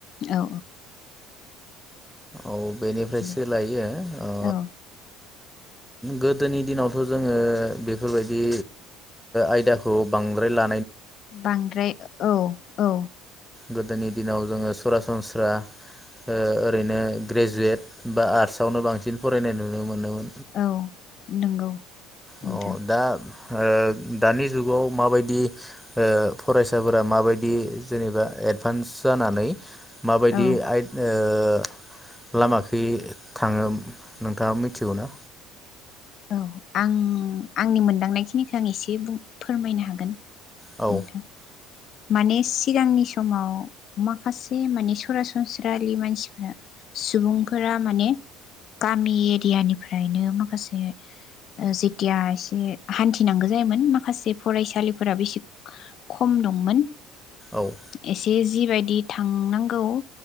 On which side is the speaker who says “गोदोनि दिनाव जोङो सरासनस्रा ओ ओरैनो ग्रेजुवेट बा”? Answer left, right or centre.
Centre